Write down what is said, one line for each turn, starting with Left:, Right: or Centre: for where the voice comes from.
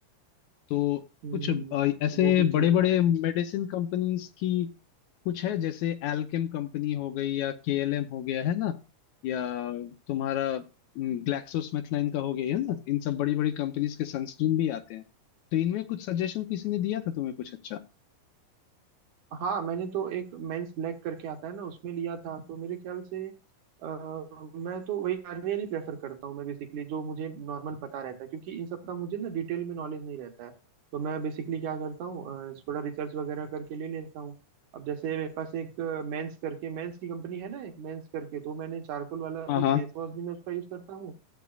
Left: तो
Right: हम्म
Left: कुछ अ, ऐसे
Right: वो भी
Left: बड़े
Right: चीज
Left: बड़े
Right: है
Left: मेडिसिन कंपनीज की कुछ है जैसे एल्केम कंपनी हो गई या केएलएम हो गया है ना या तुम्हारा ग्लैक्सोस्मिथलाइन का हो गया है ना इन सब बड़ी बड़ी कंपनीज के सनस्क्रीन भी आते हैं तो इनमें कुछ सजेशन किसी ने दिया था तुम्हें कुछ अच्छा
Right: हाँ मैंने तो एक मेंस ब्लैक करके आता है ना उसमें लिया था तो मेरे ख्याल से अ, मैं तो वही गार्नियर ही प्रेफर करता हूँ मैं बेसिकली जो मुझे नॉर्मल पता रहता है क्योंकि इन सब का मुझे ना डिटेल में नॉलेज नहीं रहता है तो मैं बेसिकली क्या करता हूँ अ, थोड़ा रिसर्च वगैरह करके ले लेता हूँ अब जैसे मेरे पास एक मेंस करके मेंस की कंपनी है ना एक मेंस करके तो मैंने चारकोल वाला
Left: हाँ
Right: भी
Left: हाँ
Right: फेस वॉश भी मैं उसका यूज करता हूँ